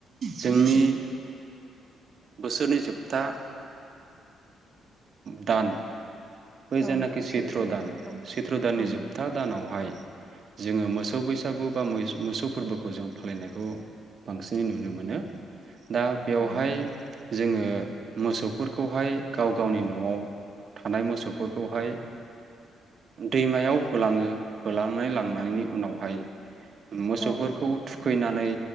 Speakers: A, on the right; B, in the centre.
A: जोंनि बोसोरनि जोबथा दान। बै
B: औ
A: जेनाखि सैत्र
B: सैथ्र'
A: दान
B: औ
A: सैत्र दाननि
B: औ
A: जोबथा
B: नंगौ
A: दानावहाय जोङो मोसौ बैसागु बा मोसौ फोरबोखौ जों फालिनायखौ बांसिनै नुनो मोनो। दा बेवहाय
B: नंगौ
A: जोङो मोसौफोरखौहाय गाव गावनि न'आव थानाय मोसौ फोरखौहाय दैमायाव होलाङो होना लांनायनि
B: औ
A: उनावहाय मोसौफोरखौ
B: औ
A: थुखैनानै